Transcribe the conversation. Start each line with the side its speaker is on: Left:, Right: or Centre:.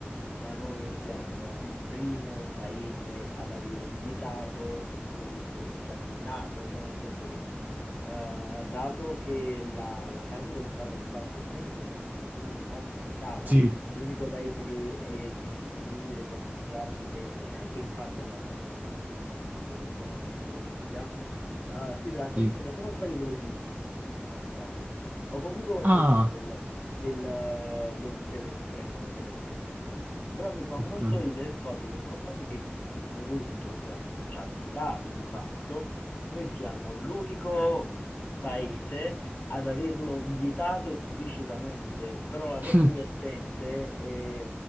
Left: ma noi siamo il primo paese ad aver vietato un prodotto che è già vietato, cioè nel senso che eh, dato che la, la carne coltivata di fatto non è in commercio, quindi di fatto è vietata,
Right: sì,
Left: l'unico paese che è disponibile, che è mangiabile e anche in parti abbastanza minuscole, per quanto ho capito, comunque un alimento di nicchia, eh, si tratta,
Right: sì.
Left: mi sembra, se non sbaglio, delle Filippine se non sbaglio, o comunque qualche
Right: Ah,
Left: zona del, del- del- dell'estremo, dell'estremo oriente. Però mi fa
Right: ok.
Left: molto ridere il fatto che nonostante che il prodotto sia già vietato di fatto, noi siamo l'unico paese ad averlo vietato esplicitamente. Però la cosa
Right: <laughs>
Left: divertente è,